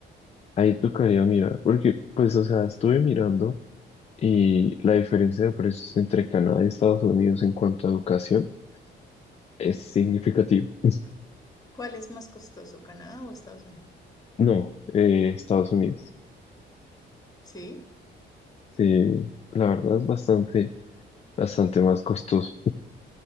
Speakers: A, on the left; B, on the left.
A: ahí tocaría mirar, porque pues o sea, estuve mirando y la diferencia de precios entre Canadá y Estados Unidos en cuanto a educación es significativa. <laughs>
B: ¿cuál es más costoso, Canadá o Estados Unidos?
A: No, eh, Estados Unidos.
B: Sí.
A: Sí, la verdad es bastante, bastante más costoso.